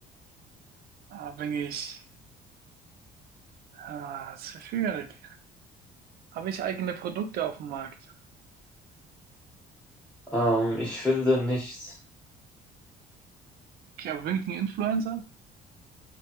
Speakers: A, on the right; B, in the centre.
A: Ah, bin ich. Ah, das ist schwierig. Habe ich eigene Produkte auf dem Markt?
B: Ähm, ich finde nicht,
A: Okay, aber bin ich ein Influencer?